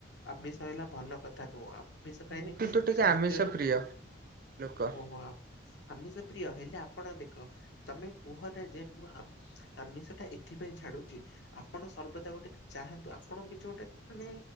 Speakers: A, on the left; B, on the right.
A: ଆମିଷ ହେଲା ଭଲ କଥା ନୁହଁ। ଆମିଷ ଖାଇଲେ
B: ମୁଁ କିନ୍ତୁ
A: ସ୍ୱାସ୍ଥ୍ୟରେ
B: ଟିକେ ଆମିଷ ପ୍ରିୟ ଲୋକ।
A: ଓହୋ ଆମିଷ ପ୍ରିୟ ହେଲେ ଆପଣ ଦେଖ ତମେ କୁହନା ଯେ ମୁଁ ଆମି ଆମିଷଟା ଏଥିପାଇଁ ଛାଡୁଛି ଆପଣ ସର୍ବଦା ଗୋଟେ ଚାହାନ୍ତୁ ଆପଣଙ୍କୁ କିଛି ଗୋଟେ ମାନେ